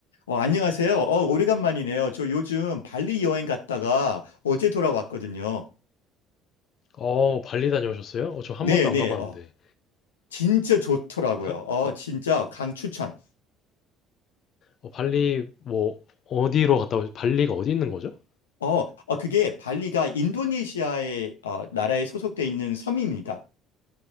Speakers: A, on the left (about 85°); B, on the left (about 55°).
A: 어, 안녕하세요. 어, 오래간만이네요. 저 요즘 발리 여행 갔다가 어제 돌아왔거든요.
B: 어, 발리 다녀오셨어요? 어, 저 한
A: 네네.
B: 번도 안 가봤는데.
A: 어, 진짜 좋더라고요.
B: 발,
A: 어, 진짜 강추천.
B: 어, 발리, 뭐, 어디로 갔다 오셨, 발리가 어디 있는 거죠?
A: 어, 어, 그게 발리가 인도네시아의 어, 나라에 소속돼 있는 섬입니다.